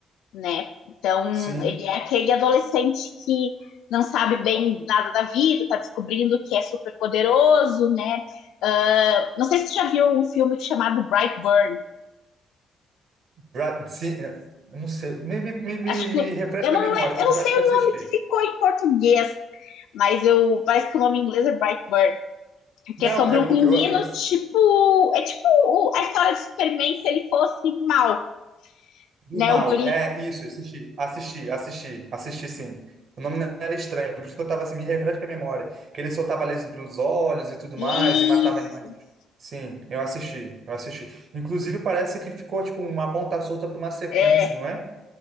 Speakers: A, on the left; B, on the right.
A: né? Então
B: Sim.
A: ele é aquele adolescente que não sabe bem nada da vida, tá descobrindo que é super poderoso, né? Uh, não sei se você já viu um filme chamado Brightburn.
B: Ra- se- é, não sei, me, me, me, me
A: Acho
B: me
A: que eu,
B: refresca
A: eu não,
B: a memória,
A: eu não
B: porque
A: sei
B: eu acho que
A: o
B: eu assisti.
A: nome que ficou em português, mas eu parece que o nome em inglês é Brightburn,
B: Não,
A: que é sobre
B: é
A: um
B: porque
A: menino
B: eu, eu ass-
A: tipo, é tipo a história de Superman se ele fosse mal,
B: do
A: né,
B: mal.
A: o guri.
B: É isso, assisti, assisti, assisti, assisti sim. O nome não era estranho, por isso que eu tava assim, me refresca a memória. Que ele soltava laser pelos olhos e tudo
A: Isso.
B: mais, e matava animais.
A: isso.
B: Sim, eu assisti, eu assisti. Inclusive, parece que ficou tipo uma ponta solta para uma sequência,
A: É,
B: não é?